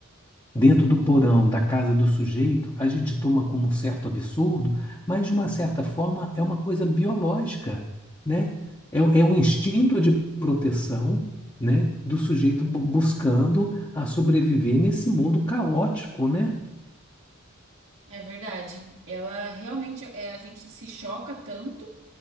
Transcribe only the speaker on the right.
É verdade. Ela realmente é, a gente se choca tanto,